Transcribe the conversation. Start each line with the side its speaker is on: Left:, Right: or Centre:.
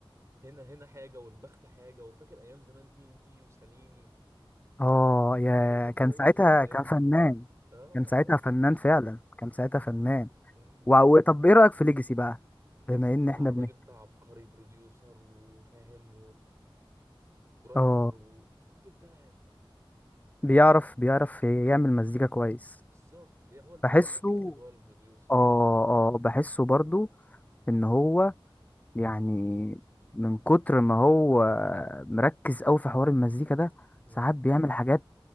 Right: هنا هنا حاجة والبخت حاجة وفاكر أيام زمان تي إن تي وساليني
Left: اه يا
Right: أنا كنت بحب
Left: كان
Right: ويجز
Left: ساعتها
Right: الأيام
Left: كان فنان
Right: دي بصراحة آه
Left: كان ساعتها فنان فعلا كان ساعتها فنان
Right: أمم.
Left: و... و- طب ايه رأيك في ليجاسي بقى
Right: ليجسي
Left: بما
Right: بصراحة
Left: ان احنا
Right: الراجل
Left: بن
Right: ده عبقري بروديوسر وفاهم ورايتر
Left: اه
Right: و- الراجل ده
Left: بيعرف بيعرف يعمل مزيكا كويس
Right: بالظبط هو اللي
Left: بحسه
Right: هو اللي بيكتب هو البروديوسر
Left: اه اه بحسه برضو ان هو يعني من كتر ما هو مركز قوي في حوار المزيكا ده
Right: أمم.
Left: ساعات بيعمل حاجات